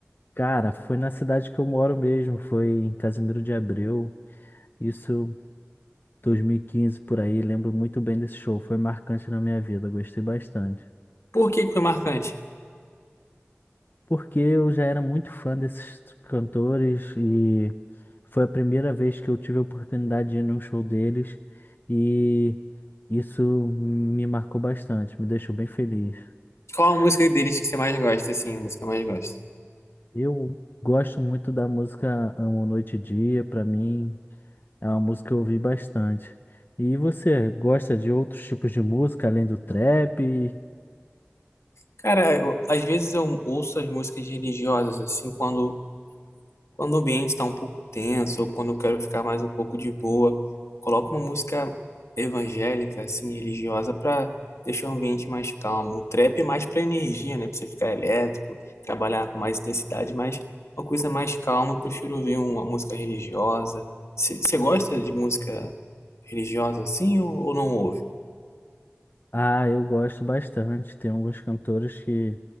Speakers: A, on the left (about 45°); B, on the left (about 90°).
A: Cara, foi na cidade que eu moro mesmo, foi em Casimiro de Abreu, isso 2015 por aí, lembro muito bem desse show, foi marcante na minha vida, gostei bastante.
B: Por que que foi marcante?
A: Porque eu já era muito fã desses cantores e foi a primeira vez que eu tive a oportunidade de ir num show deles e isso me marcou bastante, me deixou bem feliz.
B: Qual a música deles que você mais gosta, assim? A música que mais gosta?
A: Eu gosto muito da música Amo Noite e Dia, pra mim É uma música que eu ouvi bastante. E você gosta de outros tipos de música além do trap?
B: Cara, eu- às vezes eu ouço as músicas religiosas, assim, quando, quando o ambiente está um pouco tenso, ou quando eu quero ficar mais um pouco de boa, coloco uma música evangélica, assim, religiosa, para deixar o ambiente mais calmo. O trap é mais para energia, né? Para você ficar elétrico, trabalhar com mais intensidade, mas uma coisa mais calma, eu prefiro ouvir uma música religiosa. Você gosta de música religiosa, assim, ou, ou não ouve?
A: Ah, eu gosto bastante. Tem alguns cantores que